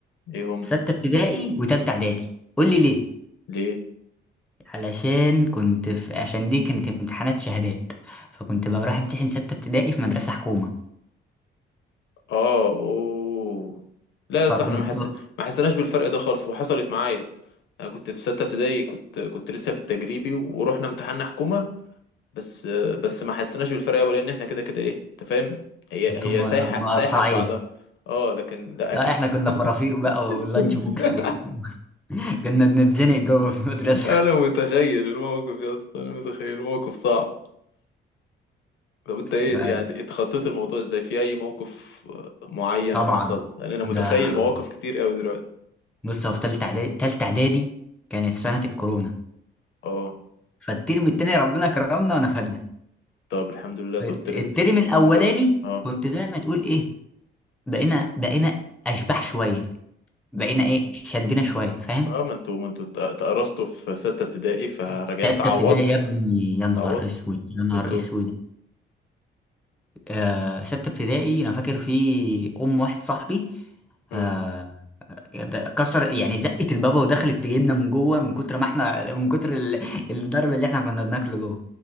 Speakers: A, on the left; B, in the centre.
A: إيه هم؟
B: سته ابتدائي وتالته اعدادي قول لي ليه
A: ليه؟
B: علشان كنت في عشان دي كانت امتحانات شهادات فكنت بروح امتحن سته ابتدائي في مدرسه حكومه
A: اه اوه لا يا اسطى
B: فكنت
A: احنا ما حس... ما حسيناش بالفرق ده خالص وحصلت معايا انا كنت في ستة ابتدائي كنت كنت لسه في التجريبي ورحنا امتحان حكومة بس بس ما حسيناش بالفرق قوي لان احنا كده كده ايه انت فاهم هي
B: كنت
A: هي
B: م-
A: سايحة
B: مقطعين
A: سايحة في بعضها اه لكن لا
B: لا
A: اكيد
B: احنا كنا فرافير بقى
A: <laughs>
B: واللانش بوكس و... <laughs> كنا بنتزنق جوه في المدرسه
A: انا متخيل الموقف يا اسطى انا متخيل الموقف صعب طب انت ايه
B: <laughs> لا
A: يعني اتخطيت الموضوع ازاي في اي موقف معين
B: طبعا
A: حصل لان انا متخيل
B: ده
A: مواقف كتير قوي دلوقتي
B: بص هو في تالتة اعدادي تالتة اعدادي كانت سنة الكورونا
A: اه
B: فالترم التاني ربنا كرمنا ونفدنا
A: طب الحمد لله طب
B: الت-
A: التر-
B: الترم
A: الترم
B: الاولاني
A: الاول اه
B: كنت زي ما تقول ايه بقينا بقينا اشباح شوية بقينا ايه شدنا شوية فاهم
A: اه ما انتوا ما انتوا ات- اتقرصتوا في ستة ابتدائي فراجعين
B: ستة
A: تعوضوا
B: ابتدائي يا ابني يا نهار
A: تعوضوا
B: اسود يا نهار
A: كنتوا
B: اسود آه ستة ابتدائي انا فاكر في ام واحد صاحبي
A: مم.
B: آه كسر يعني زقت البابا ودخلت تجيبنا من جوه من كتر ما احنا من كتر ال- الضرب اللي احنا كنا بناكله جوه